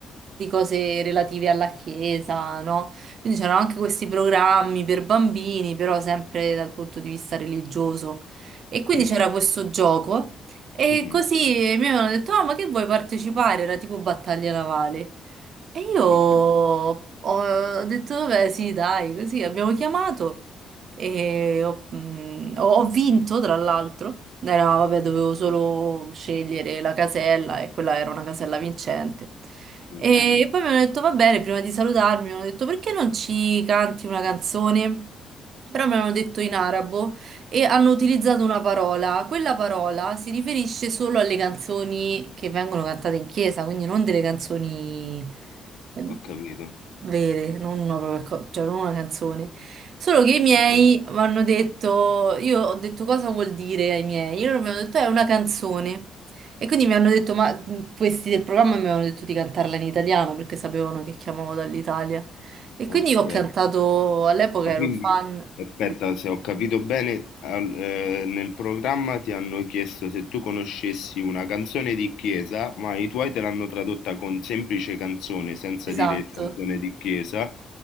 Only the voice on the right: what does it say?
di cose relative alla chiesa, no? Quindi c'erano anche questi programmi per bambini, però sempre dal punto di vista religioso. E quindi
c'era questo gioco. E
così mi avevano detto, ah, ma che vuoi partecipare? Era tipo battaglia navale. E io ho
ho detto, vabbè, sì, dai, così abbiamo chiamato e ho, mh, ho- ho vinto, tra l'altro. Era, vabbè, dovevo solo scegliere la casella e quella era una casella vincente.
E poi mi hanno detto, va bene, prima di salutarmi, mi hanno detto, perché non ci canti una canzone? Però mi hanno detto in arabo e hanno utilizzato una parola. Quella parola si riferisce solo alle canzoni che vengono cantate in chiesa, quindi non delle canzoni eh,
vere, non una, propria co- cioè non una canzone. Solo che i miei
mi hanno detto, io ho detto cosa vuol dire ai miei, e loro mi hanno detto è una canzone. E quindi mi hanno detto, ma mhmm, questi del programma mi avevano detto di cantarla in italiano perché sapevano che chiamavo dall'Italia. E
quindi ho cantato, all'epoca
ero
fan,
di-
esatto.